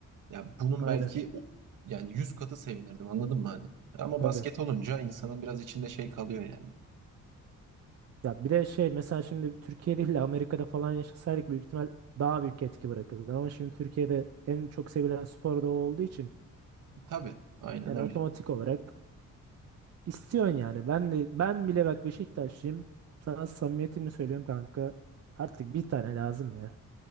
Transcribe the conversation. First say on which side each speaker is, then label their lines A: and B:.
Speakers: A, on the right (about 60°); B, on the right (about 45°).
A: ya bunun
B: Aynen.
A: belki o- yani 100 katı sevinirdim anladın mı hani? Ama
B: Tabii.
A: basket olunca insanın biraz içinde şey kalıyor yani.
B: Ya bir de şey mesela şimdi Türkiye değil de Amerika'da falan yaşasaydık büyük ihtimal daha büyük etki bırakırdı. Ama şimdi Türkiye'de en çok sevilen spor da o olduğu için
A: Tabii, aynen
B: yani
A: öyle.
B: otomatik olarak istiyorsun yani. Ben de ben bile bak Beşiktaşlıyım. Sana samimiyetimle söylüyorum kanka. Artık bir tane lazım ya.